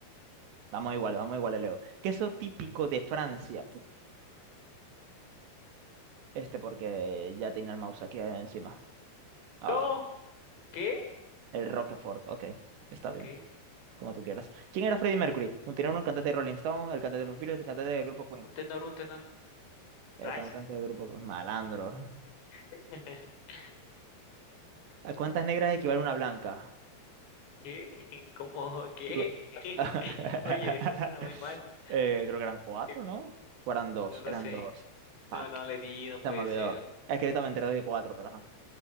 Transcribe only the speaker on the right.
Vamos igual, vamos igual, Leo. Queso típico de Francia. Pu- Este porque ya tenía el mouse aquí encima. Ah,
el Roquefort. Ok, está
bien. Como tú quieras. ¿Quién era Freddie Mercury? Un tenor, un cantante de Rolling Stone, el cantante de los Beatles, el cantante del grupo Queen.
El
cantante del grupo Malandro.
¿A cuántas negras equivale una blanca?
Figu-
<laughs>
Eh, creo que eran cuatro,
¿no? O eran
dos,
eran
dos.
Fuck,
se me olvidó.
Es que yo también enteré de cuatro, pero ajá.